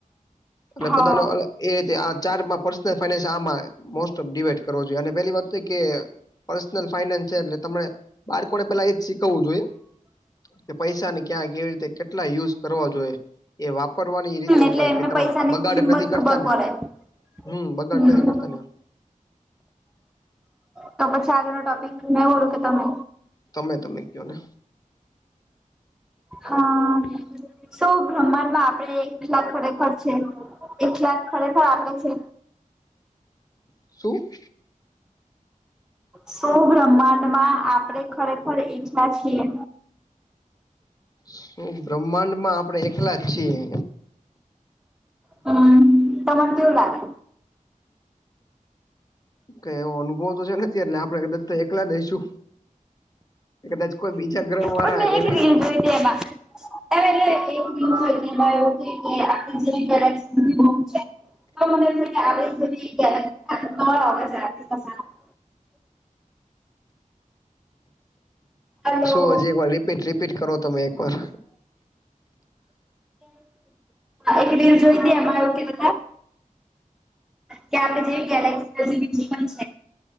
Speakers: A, on the left; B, in the centre.
A: અને
B: હા
A: બધાને ઓલા એ તે આ ચારમાં પર્સનલ ફાઈનાન્સ આમાં મોસ્ટ ઓફ ડિવાઈડ કરવો જોઈએ અને પેલી વાત તો કે પર્સનલ ફાઈનાન્સ છે એટલે તમે બાળકો ને પેલા એજ શીખવવું જોઈએ. કે પૈસા ને ક્યાં કેવી રીતે કેટલા યુઝ કરવા જોઈએ. એ વાપરવાની એ રીતે
B: એટલે
A: વપરા
B: એમને
A: પહિ તમે
B: પૈસાની
A: બગાડે
B: કિંમત
A: નથી કરતા
B: ખબર
A: ને
B: પડે
A: હમ્મ
B: હમ
A: બગાટ નથી કરતા ને.
B: તો પછી આજનો ટોપિક નહી ઓળું કે તમે
A: તમે તમે કયો ને
B: હા. સૌ બ્રહ્માંડ માં આપડે એકલાક ખરેખર છે એકલાક ખરેખર આપે છે.
A: શું?
B: સો બ્રહ્માંડ માં આપડે ખરેખર એકલા છીએ.
A: શું બ્રહ્માંડ માં આપડણે એકલા જ છીએ
B: હમ ત મને દવ લાગે
A: કઈ એવો અનુભવ તો છે નથી એટલે આપણે કદાચ તો એકલા દઈશું એચ કોઈ બીજા ગ્રહ દ્વારા
B: પણ મેં
A: એ
B: <unintelligible> <unintelligible> હેલો
A: શું હજી એક વાર રીપીટ રીપીટ કરો તમે એક વાર
B: એક રીલ જોઈતી એમાં એવું કીધુ તુ કે આપે જે ગેલેક્સી જે બીજી પન છે.